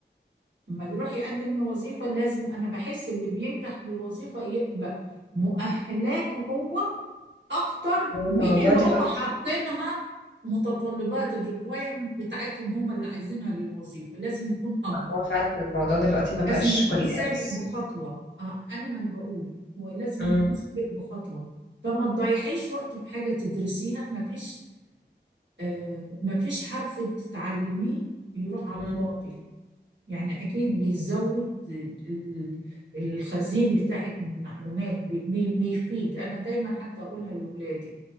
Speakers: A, on the right; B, on the left.
A: ما يروح يقدم لوظيفة لازم أنا بحس اللي بينجح بالوظيفة يبقى مؤهلاته هو أكتر
B: هو
A: من
B: الموضوع
A: اللي
B: دلوقتي
A: هم حاطينها متطلبات الريكوايرمنت بتاعتهم هم اللي عايزينها للوظيفة لازم يكون أكبر
B: هو فعلا الموضوع دلوقتي ما بقاش
A: لازم يكون
B: كلية
A: سابق
B: بس
A: بخطوة آه، أنا ما أنا بقول هو لازم
B: امم
A: يكون سابق بخطوة فما تضيعيش وقت في حاجة تدرسيها ما فيش آه ما فيش حرف بتتعلميه بيروح على
B: امم
A: الفاضي يعني أكيد بيزود ال- الخزين بتاعك من معلومات بي- بي- بيفيد أنا دايما حتى أقولها لأولادي